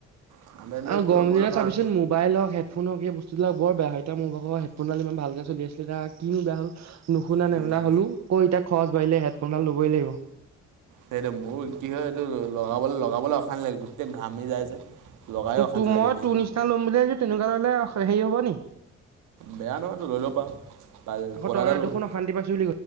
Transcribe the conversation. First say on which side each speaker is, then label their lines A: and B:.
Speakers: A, on the right (about 90°); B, on the right (about 60°).
A: ঠাণ্ডা দিনত
B: আৰু
A: কিবা
B: গৰম
A: কৰিবলে
B: দিনত
A: ভাল।
B: চাবিচোন মোবাইল হওক হেডফোন হওক এই বস্তু- বিলাক বৰ বেয়া এতিয়া মোৰ ভাগৰ হেডফোনডাল ইমান ভালকে চলি আছিলে এ কিনো বেয়া হল? নুশুনা
A: উম।
B: নেমেলা হলো ক এতিয়া খৰচ বাঢ়িলে হেডফোন ডাল ল'বই লাগিব।
A: সেইটো মোৰ কি হয় সেইটো লগাবলৈ লগাবলৈ অশান্তি লাগে গোটেই ঘামি যাই যে। লগাইও অশান্তি
B: ত মই
A: লাগে এতিয়া।
B: তোৰ নিচিনা লম বুলি ভাবিছোঁ তেনেকুৱা ললে হেৰি হ'ব নি?
A: বেয়া নহয় তো লৈ লব' পাৰ
B: আকৌ
A: কলাডাল
B: তই
A: লবি।
B: দেখোন অশান্তি পাইছোঁ বুলি ক